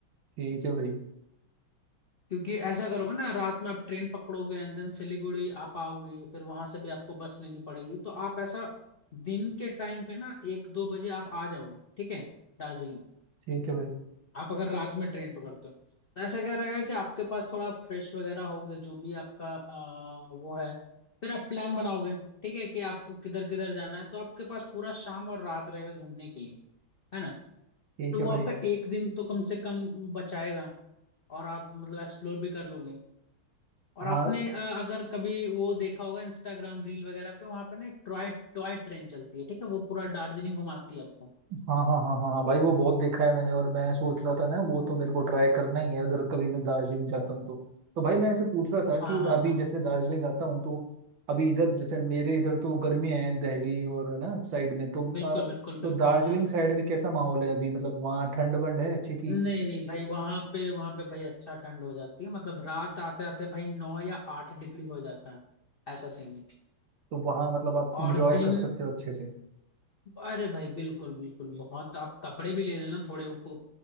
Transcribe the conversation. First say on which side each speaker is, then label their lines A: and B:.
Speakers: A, on the right; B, on the left.
A: ठीक है भाई
B: क्योंकि ऐसा करोगे ना रात में आप ट्रेन पकड़ोगे एंड देन सिलीगुड़ी आप आओगे फिर वहां से भी आपको बस लेनी पड़ेगी तो आप ऐसा दिन के टाइम पे ना एक दो बजे आप आ जाओगे ठीक है दार्जिलिंग
A: ठीक है भाई
B: आप अगर रात में ट्रेन पकड़ते हो तो ऐसा क्या रहेगा कि आपके पास थोड़ा फ्रेश वगैरह होगे जो भी आपका आ, वो है फिर आप प्लान बनाओगे ठीक है कि आपको किधर किधर जाना है तो आपके पास पूरा शाम और रात रहेगा घूमने के लिए है ना
A: ठीक
B: तो
A: है
B: वो
A: भाई
B: आपका एक दिन तो कम से कम बचाएगा और आप मतलब एक्सप्लोर भी कर लोगे और
A: हाँ
B: आपने अ, अगर कभी वो देखा होगा इंस्टाग्राम रील वगैरह पे वहां पे ना एक टॉय टॉय ट्रेन चलती है ठीक है वो पूरा दार्जिलिंग घुमाती है आपको
A: हाँ हाँ हाँ हाँ भाई वो बहुत देखा है मैंने और मैं सोच रहा था ना वो
B: हम्म,
A: तो मेरे को ट्राई करना ही है उधर कभी मैं दार्जिलिंग जाता हूँ तो तो भाई मैं ऐसे पूछ रहा था कि
B: हाँ हाँ
A: अभी
B: हाँ
A: जैसे दार्जिलिंग आता हूँ तो अभी इधर जैसे मेरे इधर तो गर्मियाँ हैं दिल्ली और है ना साइड में तो
B: बिल्कुल
A: अ,
B: बिल्कुल
A: तो
B: बिल्कुल
A: दार्जिलिंग
B: हाँ
A: साइड में कैसा माहौल है अभी मतलब वहाँ ठंड वंड है अच्छी की
B: नहीं नहीं भाई वहां पे वहां पे भाई अच्छा ठंड हो जाती है मतलब रात आते आते भाई नौ या आठ डिग्री हो जाता है ऐसा सीन है
A: तो वहाँ मतलब आप
B: और
A: इंजॉय
B: दिन
A: कर सकते हो अच्छे से
B: अरे भाई बिल्कुल बिल्कुल बहुत आप कपड़े भी ले लेना थोड़े वो